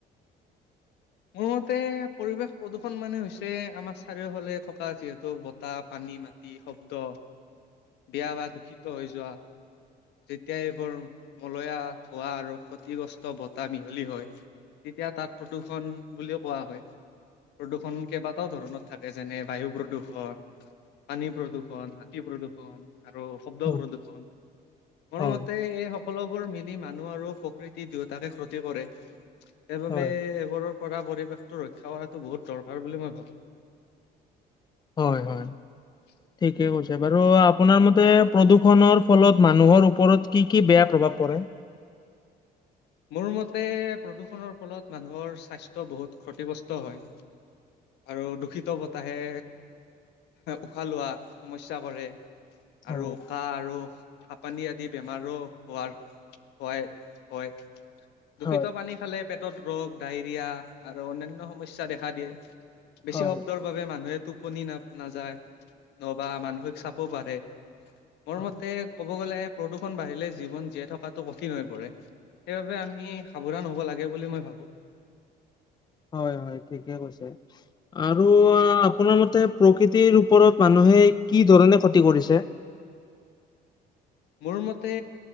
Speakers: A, on the left; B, on the left.
A: মোৰ মতে পৰিৱেশ প্ৰদূষণ মানে হৈছে আমাৰ চাৰিওফালে থকা যিহেতু বতাহ, পানী, মা টি, শব্দ, বেয়া বা দূষিত হৈ যোৱা যেতিয়া এইবোৰ মলয়া ধোঁৱা আৰু ক্ষতিগ্ৰস্ত বতাহ মিহলি হয় তেতিয়া তাত প্ৰদূষণ বুলিও কোৱা হয়। প্ৰদূষণ কেইবাটাও ধৰণত থাকে, যেনে বায়ু প্ৰদূষণ পানী প্ৰদূষণ, মাটি প্ৰদূষণ আৰু শব্দ
B: হয়,
A: প্ৰদূষণ, মোৰ
B: হয়,
A: মতে এই শব্ সকলোবোৰ মিলি মানুহ আৰু প্ৰকৃতি দুয়োটাকে ক্ষতি কৰে, সেইবাবে
B: হয়,
A: ওপৰৰ পৰা পৰিৱেশটো ৰক্ষা কৰাটো বহুত দৰকাৰ বুলি মই ভাবোঁ।
B: হয় হয়।
A: <inaudible>
B: ঠিকেই কৈছে, বাৰু আপোনাৰ মতে প্ৰদূষণৰ ফলত মানুহৰ ওপৰত কি কি বেয়া প্ৰভাৱ পৰে?
A: মোৰ মতে প্ৰদূষণৰ ফলত মানুহৰ স্বাস্থ্য বহুত ক্ষতিগ্ৰস্ত হয়। আৰু দূষিত বতাহে উশাহ লোৱাত সমস্যা কৰে আৰু
B: হয়,
A: কাহ আৰু হাপানি আদি বেমাৰো হোৱাৰ ভয় হয়। দূষিত
B: হয়,
A: পানী খালে পেটত ৰোগ, ডায়েৰিয়া আৰু অন্যান্য সমস্যা দেখা দিয়ে। বেছি
B: হয়,
A: শব্দৰ বাবে মানুহে টোপনি ন-নাযায় নহ'বা মানসিক চাপো বাঢ়ে। মোৰ
B: হয়,
A: মতে ক'ব গ'লে প্ৰদূষণ বাঢ়িলে জীৱন জীয়াই থকাটো কঠিন হৈ পৰে। সেইবাবে আমি সাৱধান হ'ব লাগে বুলি মই ভাৱোঁ।
B: হয় হয়, ঠিকেই কৈছে, আৰু আপোনাৰ মতে প্ৰকৃতিৰ ওপৰত মানুহে কি ধৰণে ক্ষতি কৰিছে?
A: মোৰ মতে